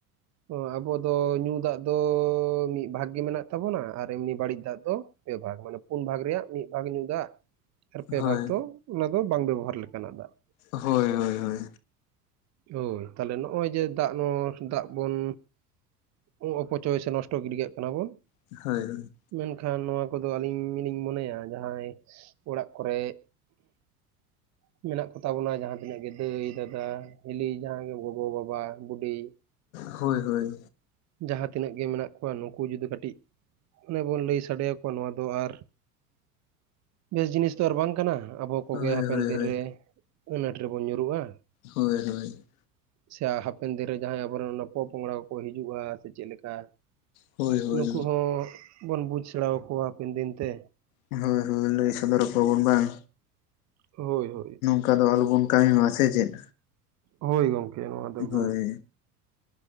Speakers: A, on the right; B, on the left.
A: ᱚ ᱟᱵᱚ ᱫᱚ ᱧᱩ ᱫᱟᱜᱽ ᱫᱚ ᱢᱤᱜ ᱵᱷᱟᱜ ᱜᱮ ᱢᱮᱱᱟᱜ ᱛᱟᱵᱚᱱᱟ ᱟᱨ ᱮᱢᱱᱤ ᱵᱟᱹᱲᱤᱜ ᱫᱟᱜᱽ ᱫᱚ ᱯᱮ ᱵᱷᱟᱜᱽ ᱢᱟᱱᱮ ᱯᱩᱱ ᱵᱷᱟᱜᱽ ᱨᱮᱭᱟᱜ ᱢᱤᱜ ᱵᱷᱟᱜᱽ ᱧᱩ ᱫᱟᱜ, ᱟᱨ ᱯᱮ
B: ᱦᱳᱭ
A: ᱵᱷᱟᱜᱽ ᱫᱚ ᱚᱱᱟ ᱫᱚ ᱵᱟᱝ ᱵᱮᱵᱚᱦᱟᱨ ᱞᱮᱠᱟᱱᱟᱜ ᱫᱟᱜᱽ᱾
B: ᱦᱳᱭ ᱦᱳᱭ ᱦᱳᱭ᱾
A: ᱦᱳᱭ ᱛᱟᱦᱞᱮ ᱱᱚᱜᱼᱚᱭ ᱡᱮ ᱫᱟᱜᱽ ᱱᱚᱣᱟ ᱫᱟᱜᱽ ᱵᱚᱱ ᱩ ᱚᱯᱚᱪᱚᱭ ᱥᱮ ᱱᱚᱥᱴᱚ ᱜᱤᱰᱤᱠᱟᱜ ᱠᱟᱱᱟ ᱵᱚᱱ
B: ᱦᱳᱭ ᱦᱳᱭ᱾
A: ᱢᱮᱱᱠᱷᱟᱱ ᱱᱚᱣᱟ ᱠᱚᱫᱚ ᱟᱹᱞᱤᱧ ᱢᱟᱹᱞᱤᱧ ᱢᱚᱱᱮᱭᱟ ᱡᱟᱦᱟᱸᱭ ᱚᱲᱟᱜ ᱠᱚᱨᱮᱜ ᱢᱮᱱᱟᱜ ᱠᱚ ᱛᱟᱵᱚᱱᱟ ᱡᱟᱦᱟᱸ ᱛᱤᱱᱟᱹᱜ ᱜᱮ ᱫᱟᱹᱭ ᱫᱟᱫᱟ ᱦᱮᱞᱤ ᱡᱟᱦᱟᱸᱭ ᱜᱮ ᱜᱚᱜᱚ ᱵᱟᱵᱟ ᱵᱩᱰᱤ,
B: ᱦᱳᱭ ᱦᱳᱭ,
A: ᱡᱟᱦᱟᱸ ᱛᱤᱱᱟᱹᱜ ᱜᱮ ᱢᱮᱱᱟᱜ ᱠᱚᱣᱟ ᱱᱩᱠᱩ ᱡᱩᱫᱤ ᱠᱟᱹᱴᱤᱜ ᱚᱱᱮ ᱵᱚᱱ ᱞᱟᱹᱭ ᱥᱟᱰᱮᱭᱟᱠᱚᱣᱟ ᱱᱚᱣᱟ ᱫᱚ ᱟᱨ ᱵᱮᱥ ᱡᱤᱱᱤᱥ ᱛᱚ ᱟᱨ ᱵᱟᱝ ᱠᱟᱱᱟ ᱟᱵᱚ ᱠᱚᱜᱮ
B: ᱦᱳᱭ
A: ᱦᱟᱯᱮᱱ
B: ᱦᱳᱭ ᱦᱳᱭ
A: ᱫᱤᱱ
B: ᱦᱳᱭ
A: ᱨᱮ ᱟᱹᱱᱟᱹᱴ ᱨᱮᱵᱚᱱ ᱧᱩᱨᱩᱜᱼᱟ᱾
B: ᱦᱳᱭ ᱦᱳᱭ,
A: ᱥᱮ ᱦᱟᱯᱮᱱ ᱫᱤᱱ ᱨᱮ ᱡᱟᱦᱟᱸᱭ ᱟᱵᱚᱨᱮᱱ ᱚᱱᱟ ᱯᱚᱼᱯᱚᱝᱲᱟ ᱠᱚᱠᱚ ᱦᱤᱡᱩᱜᱼᱟ ᱥᱮ ᱪᱮᱜᱞᱮᱠᱟ
B: ᱦᱳᱭ
A: ᱱᱩᱠᱩ ᱦᱚᱸ ᱵᱚᱱ ᱵᱩᱡᱽ ᱥᱮᱬᱟᱣᱟᱠᱚᱣᱟ ᱦᱟᱯᱮᱱ ᱫᱤᱱ ᱛᱮ᱾
B: ᱦᱳᱭ ᱦᱳᱭ ᱞᱟᱹᱭ ᱥᱚᱫᱚᱨ ᱠᱚᱣᱟ ᱵᱚᱱ ᱵᱟᱝ᱾
A: ᱦᱳᱭ ᱦᱳᱭ,
B: ᱱᱚᱠᱟ ᱫᱚ ᱟᱞᱚᱵᱚᱱ ᱠᱟᱹᱢᱤ ᱢᱟ ᱥᱮ ᱪᱮᱫ᱾
A: ᱦᱳᱭ ᱜᱚᱝᱠᱮ ᱱᱚᱣᱟ ᱫᱚ ᱮᱠᱫᱚᱢ
B: ᱦᱳᱭ